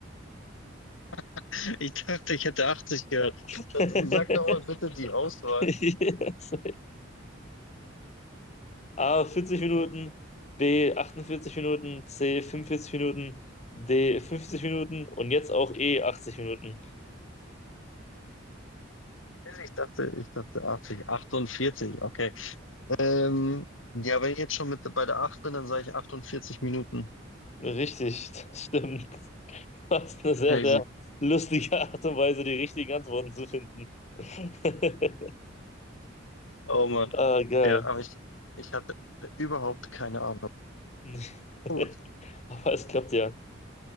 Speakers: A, on the left; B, on the left.
A: <laughs> Ich dachte, ich hätte 80 gehört.
B: <laughs>
A: Dann sag doch mal bitte die Auswahl.
B: Yes. A vierzig Minuten,
A: Hm,
B: B 48 Minuten, C 45 Minuten, D 50 Minuten und jetzt auch E 80 Minuten.
A: Ich dachte, ich dachte 80, 48, okay. Ähm, ja, wenn ich jetzt schon mit bei der 8 bin, dann sage ich 48 Minuten.
B: Richtig, das stimmt. <laughs> Das ist eine sehr,
A: Crazy.
B: sehr lustige Art und Weise, die richtigen Antworten zu finden. <laughs>
A: Oh Mann.
B: Ah, geil.
A: Ja, aber ich, ich hatte überhaupt keine Ahnung.
B: <laughs>
A: Gut.
B: Aber es klappt ja. Äh,